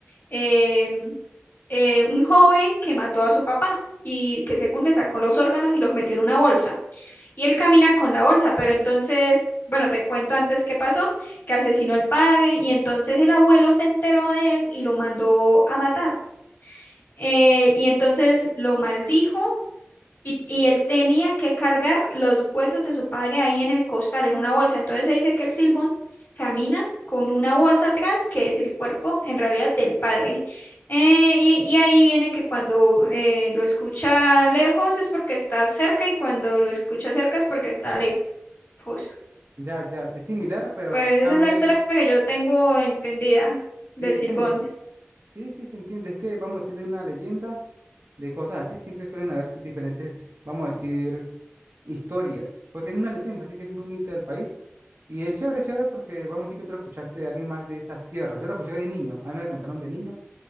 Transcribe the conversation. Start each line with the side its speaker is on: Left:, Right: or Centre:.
Left: em, eh, un joven que mató a su papá y que según le sacó los órganos y los metió en una bolsa. Y él camina con la bolsa, pero entonces, bueno, te cuento antes qué pasó, que asesinó al padre y entonces el abuelo se enteró de él y lo mandó a matar. Eh, y entonces lo maldijo y, y él tenía que cargar los huesos de su padre ahí en el costal, en una bolsa. Entonces se dice que el Silbón camina con una bolsa atrás, que es el cuerpo en realidad del padre. Eh, y, y ahí viene que cuando eh, lo escucha lejos es porque está cerca y cuando lo escucha cerca es porque está lejos. Pues,
Right: Ya, ya, es similar, pero
Left: pues
Right: cambia
Left: esa es la historia
Right: el...
Left: que yo tengo entendida
Right: Sí,
Left: del
Right: es
Left: Silbón.
Right: como... Sí, sí, se entiende. Es que vamos a decir de una leyenda de cosas así, siempre suelen haber diferentes, vamos a decir, historias, porque es una leyenda, sigue siendo un mito del país. Y es chévere, chévere, porque vamos a decir que tú lo escuchaste de alguien más de esas tierras. Yo lo escuché de niño, a mí me la contaron de niño.